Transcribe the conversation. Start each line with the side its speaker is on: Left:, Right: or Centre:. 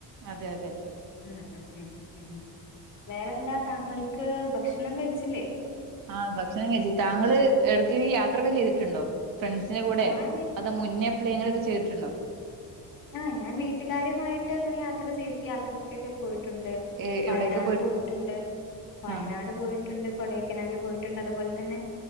Right: അതെ അതെ അതെ
Left: ഉം ഉം ഉം ഉം വേറെന്താ താങ്കൾക്ക് ക്ക് ഭക്ഷണം കഴിച്ചില്ലേ?
Right: ആഹ് ഭക്ഷണം കഴിച്ചി. താങ്കള് എടക്ക യാത്രയൊക്കെ ചെയ്തിട്ടുണ്ടോ? ഫ്രണ്ട്സിനന്റെ കൂടെ
Left: ഞാന്
Right: അതോ മുന്നേ പ്ലെങ്ങൊക്കെ ചെയ്തിട്ടുണ്ടോ?
Left: ആഹ് ഞാൻ വീട്ടുകാരുമായിട്ട് അങ്ങനെ യാത്ര ചെയ് യാത്രക്കൊക്കെ പോയിട്ട് ട്ടുണ്ട്
Right: ഏ
Left: വയനാട്
Right: എവിടെയൊക്കെ
Left: പോയിട്ടുണ്ട് വയനാട്
Right: ആ
Left: പോയിട്ടുണ്ട്, കൊടയ്ക്കനാൽ പോയിട്ടുണ്ട് ട്ടുണ്ട് അതുപോലെ തന്നെ